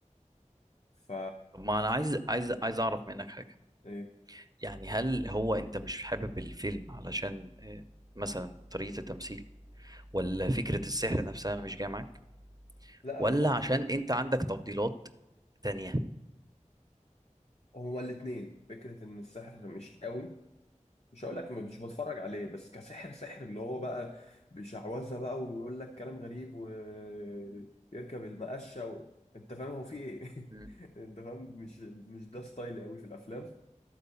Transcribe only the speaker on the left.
ف
ايه
لا
ما انا
هو الاتنين فكره ان السحر مش قوي مش هقول لك مش بتفرج عليه بس كسحر سحر اللي هو بقى بشعوذه بقى ويقول لك كلام غريب ويركب المقشه و... انت فاهم هو في ايه
<laughs> انت فاهم مش مش ده ستايلي قوي في الافلام